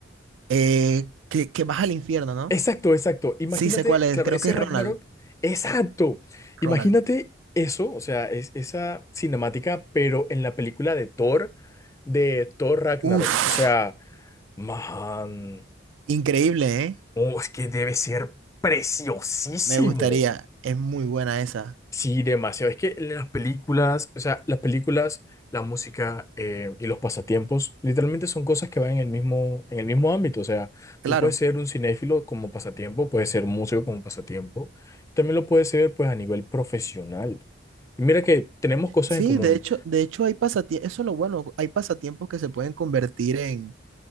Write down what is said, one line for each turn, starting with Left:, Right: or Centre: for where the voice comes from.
Right: Eh, que, que baja al infierno, ¿no?
Left: Exacto, exacto, imagínate,
Right: Sí, sé cuál es.
Left: claro,
Right: Creo
Left: ese
Right: que es
Left: Ragnarok,
Right: Ronald.
Left: exacto, imagínate
Right: Ronald.
Left: eso, o sea, es, esa cinemática, pero en la película de Thor, de Thor Ragnarok,
Right: Uf,
Left: o sea, man,
Right: increíble, ¿eh?
Left: oh, es que debe ser preciosísimo.
Right: Me gustaría. Es muy buena esa.
Left: Sí, demasiado. Es que las películas, o sea, las películas, la música eh, y los pasatiempos, literalmente son cosas que van en el mismo, en el mismo ámbito. O sea,
Right: Claro.
Left: tú puedes ser un cinéfilo como pasatiempo, puedes ser músico como pasatiempo, también lo puedes ser pues a nivel profesional. Y mira que tenemos cosas
Right: Sí,
Left: en común.
Right: de hecho, de hecho hay pasatiempos, eso es lo bueno, hay pasatiempos que se pueden convertir en,